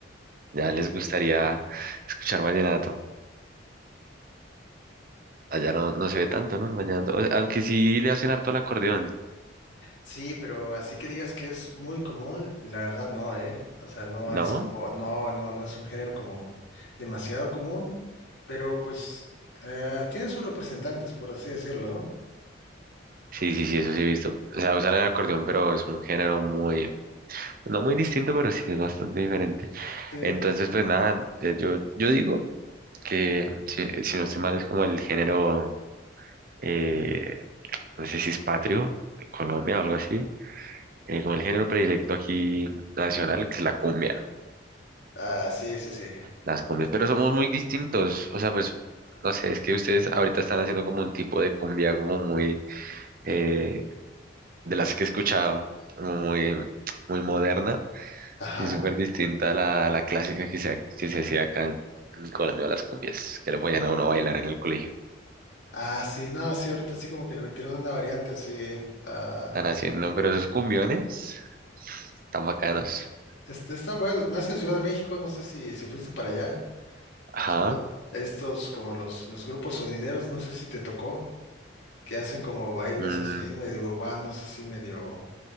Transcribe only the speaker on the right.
ya les gustaría escuchar vallenato. Allá no, no se ve tanto, ¿no? El vallenato. O sea, aunque sí le hacen harto al acordeón,
¿no?
Sí, sí, sí, eso sí he visto. O sea, usar el acordeón, pero es un género muy, no muy distinto, pero sí es bastante diferente.
Entonces, pues nada, eh, yo, yo digo que si, si no estoy mal es como el género, eh, no sé si es patrio, de Colombia o algo así, eh, como el género predilecto aquí nacional, que es la cumbia.
las cumbias, pero somos muy distintos, o sea, pues, no sé, es que ustedes ahorita están haciendo como un tipo de cumbia como muy, eh, de las que he escuchado, como muy, muy moderna
y súper distinta a la, a la clásica que se, que se hacía acá en en Colombia, las cumbias, que le ponían a uno a bailar en el colegio.
Están haciendo, pero esos cumbiones tan bacanos.
Ajá,
mm,